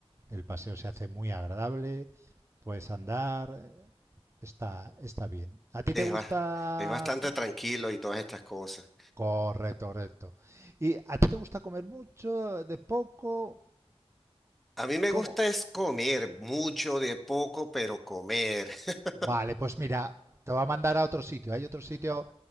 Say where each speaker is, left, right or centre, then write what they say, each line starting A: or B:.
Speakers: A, on the right; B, in the centre.
A: el paseo se hace muy agradable, puedes andar, eh, está, está bien. ¿A ti
B: es,
A: te gusta?
B: ba- es bastante tranquilo y todas estas cosas.
A: Correcto, correcto. ¿Y a ti te gusta comer mucho, de poco?
B: A mí me gusta
A: ¿Cómo?
B: es comer mucho de poco, pero comer. <laughs>
A: Vale, pues mira, te voy a mandar a otro sitio. Hay otro sitio